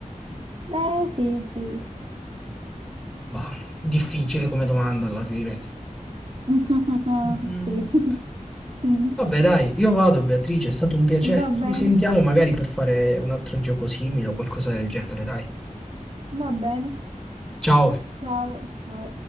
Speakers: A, on the right; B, in the centre.
A: Eh sì, sì.
B: Bah, difficile come domanda alla fine.
A: <laughs>
B: Mhm.
A: Sì. <laughs> Mm,
B: Vabbè, dai, io vado, Beatrice, è stato un piacere.
A: Va bene.
B: Ci sentiamo magari per fare un altro gioco simile o qualcosa del genere, dai.
A: Va bene.
B: Ciao.
A: Ciao, ciao.